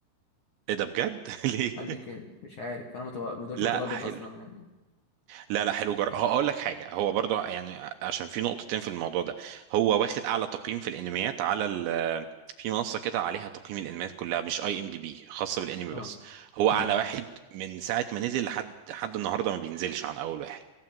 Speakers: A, on the right; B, on the left.
A: ايه ده بجد <laughs> ليه
B: قال لي كده مش عارف فانا ما تو- ما دوتش
A: لا
B: متردد
A: حلو
B: اصلا يعني
A: لا لا حلو جر... هقول لك حاجه هو برضو يعني عشان في نقطتين في الموضوع ده هو واخد اعلى تقييم في الانميات على ال... في منصه كده عليها تقييم الانميات كلها مش اي ام دي بي خاصه بالانمي
B: اه
A: بس هو
B: امم
A: اعلى واحد من ساعه ما نزل لحد لحد النهارده ما بينزلش عن اول واحد